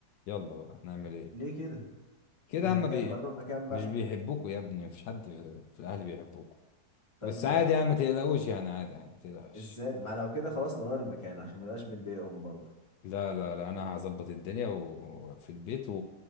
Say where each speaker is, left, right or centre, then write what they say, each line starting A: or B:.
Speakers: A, on the left; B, on the left.
A: يلا بقى نعمل ايه
B: ليه كده؟
A: كده
B: ده احنا
A: اما
B: كده
A: بي
B: نغيروا المكان بقى
A: مش بيحبوكوا يا ابني مفيش حد في في الاهل بيحبوكوا
B: طب
A: بس
B: ما
A: عادي يعني ما تقلقوش يعني عادي يعني ما تقلقش
B: ازاي ما لو كده خلاص نغير المكان عشان ما نبقاش بنضايقهم برضه
A: لا لا لا انا هظبط الدنيا و- وفي البيت و-